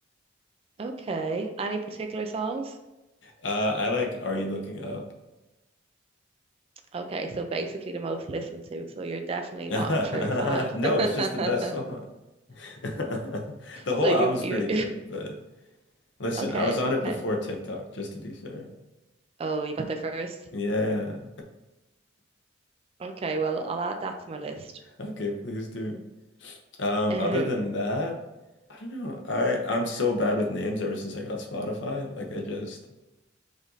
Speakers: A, on the right (about 30°); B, on the left (about 65°).
A: Okay. Any particular songs?
B: Uh, I like Are You Looking Up?
A: Okay, so basically the most listened to, so you're definitely
B: <laughs> No,
A: not a true fan. <laughs>
B: it's just the best song. <laughs> The whole
A: So you
B: album's
A: you
B: pretty good, but listen,
A: <laughs> okay,
B: I was on it
A: okay.
B: before TikTok, just to be fair.
A: Oh, you got there first.
B: Yeah.
A: Okay, well, I'll add that to my list.
B: Okay, please do. Um,
A: Um,
B: other than that, I don't know. I I'm so bad with names ever since I got Spotify. Like I just